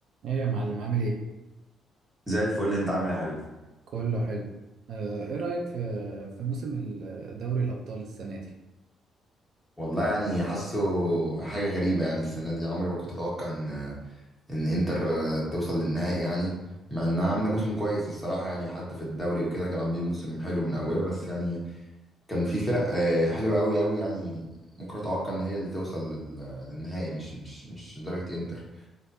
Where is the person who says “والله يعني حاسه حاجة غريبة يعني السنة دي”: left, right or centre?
Centre